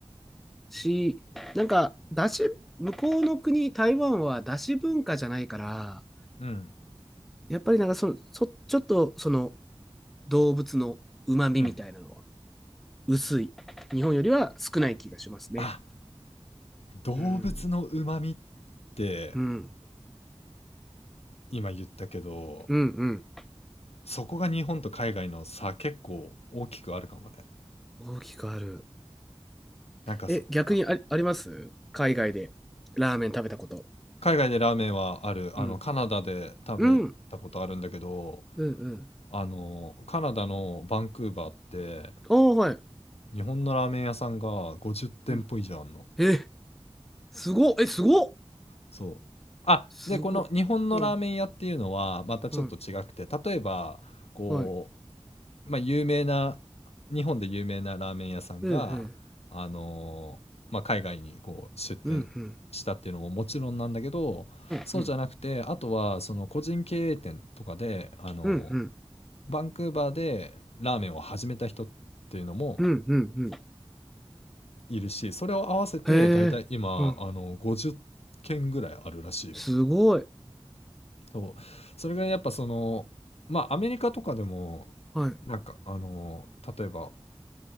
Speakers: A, in the centre; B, on the left.
A: し、なんか、だし、向こうの国、台湾はだし文化じゃないから、
B: うん、
A: やっぱりなんかその、そ、ちょっと、その、動物の旨味みたいなのは、
B: うん。
A: 薄い。日本よりは少ない気がしますね。
B: あ、動物の旨味っ
A: うん、
B: て
A: うん、
B: 今言ったけど、
A: うん、うん。
B: そこが日本と海外の差結構大きくあるかもね。
A: 大きくある。
B: なんかさ、
A: え、逆にあり、
B: あ
A: あります海外で、ラーメン食べたこと。
B: 海外でラーメンはある。あの、
A: うん、
B: カナダで食べたことあるんだけど、
A: うん、うん、うん。
B: あの、カナダのバンクーバーって、
A: ああ、はい。
B: 日本のラーメン屋さんが50店舗以上あんの。
A: うん。え、すごっえ、すごっ
B: そう。あ、
A: すごっうん、
B: で、この日本のラーメン屋っていうのはまたちょっと違くて、
A: うん、
B: 例えば、こ
A: はい。
B: うまあ、有名な、日本で有名なラーメン屋さんが、
A: うん、
B: あのーまあ、海外にこう出店したっていうのももちろんなんだけど、
A: うん、うん、うん、
B: そうじゃなくて、
A: うん、
B: あとはその個人経営店とかで、あのー
A: うん、うん、
B: バンクーバーでラーメンを始めた人っていうのも
A: うん、うん、うん。
B: いるし、それを合わせてだいたい今、
A: へえ、うん、
B: あのー50件ぐらいあるらしいよ。
A: すごい。
B: そう。それがやっぱその、まあ、アメリカとかでも、
A: はい。
B: なんか、あのー例えば、